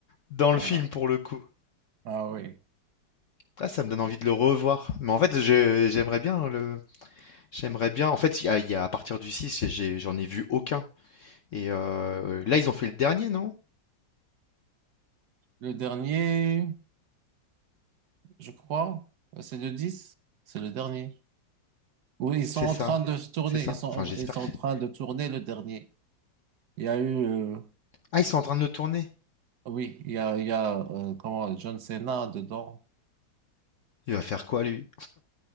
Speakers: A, on the left (about 65°); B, on the right (about 65°).
A: dans
B: Ah,
A: le film, pour le coup.
B: ah oui.
A: Ah, ça me donne envie de le revoir, mais en fait, je j'aimerais bien le J'aimerais bien. En fait, il y a, il y a- à partir du 6, j'ai- j'ai- j'en ai vu aucun. Et euh, là, ils ont fait le dernier, non?
B: Le dernier. je crois. Euh, C'est le 10, c'est le dernier. Oui, ils sont
A: C'est
B: en
A: ça.
B: train de se tourner,
A: C'est ça.
B: ils sont,
A: Enfin, j'espère
B: ils sont
A: que
B: en
A: c'est-
B: train de tourner le dernier. Il y a eu, euh,
A: Ah, ils sont en train de le tourner.
B: oui, il y a, il y a euh, comment, John Cena dedans.
A: Il va faire quoi, lui?